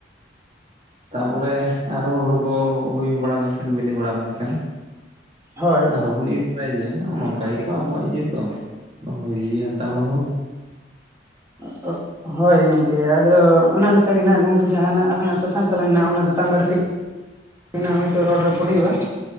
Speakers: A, on the right; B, on the right.
A: ᱛᱟᱯᱚᱨᱮ ᱟᱨᱚ ᱦᱩᱲᱩ ᱠᱚ ᱦᱩᱭ ᱵᱟᱲᱟ ᱞᱮᱱᱠᱷᱟᱱ ᱵᱤᱞᱤ ᱵᱟᱲᱟ ᱞᱮᱱᱠᱷᱟᱱ
B: ᱦᱳᱭ
A: ᱟᱨᱚᱸ ᱵᱚᱱ ᱤᱨ ᱵᱟᱲᱟᱭ ᱜᱮ ᱱᱚᱜᱚᱸᱭ ᱱᱚᱝᱠᱟ
B: ᱦᱳᱭ
A: ᱜᱮᱛᱚ ᱟᱵᱚᱣᱟᱜ ᱤᱭᱟᱹ ᱫᱚ ᱦᱳᱭ ᱡᱤᱣᱤ ᱦᱟᱥᱟ ᱦᱚᱲᱢᱚ
B: <unintelligible> ᱦᱳᱭ ᱜᱚᱝᱠᱮ ᱟᱫᱚ ᱚᱱᱟ ᱞᱮᱠᱟ ᱜᱮ ᱜᱚᱝᱠᱮ ᱡᱟᱦᱟᱱᱟᱜ ᱟᱞᱟᱝᱟᱜ ᱥᱟᱛᱟᱢ ᱛᱟᱠᱟᱝ ᱱᱟᱜ ᱚᱱᱟ ᱥᱟᱛᱟᱢ ᱵᱟᱨᱮᱛᱮ ᱛᱮᱱᱟᱜ ᱦᱚᱭᱛᱳ ᱤᱨᱚᱲ ᱨᱚᱯᱚᱲ ᱦᱩᱭᱩᱜᱼᱟ ᱾